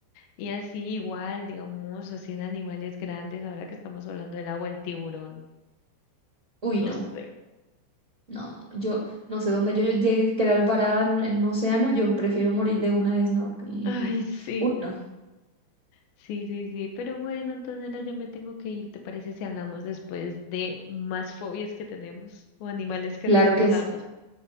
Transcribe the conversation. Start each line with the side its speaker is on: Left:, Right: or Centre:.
Left: Y así igual, digamos, así en animales grandes, ahora que estamos hablando del agua, el tiburón.
Right: Uy, no,
Left: No sé.
Right: no, no. Yo no sé dónde yo llegue a quedar varada en, en un océano. Yo prefiero morir de una vez, no. que- mm,
Left: Ay,
Right: mm.
Left: sí,
Right: Uy, no.
Left: sí, sí, sí. Pero bueno, Antonella, ya me tengo que ir. ¿Te parece si hablamos después de más fobias que tenemos o animales que
Right: Claro
Left: respetamos?
Right: que, s-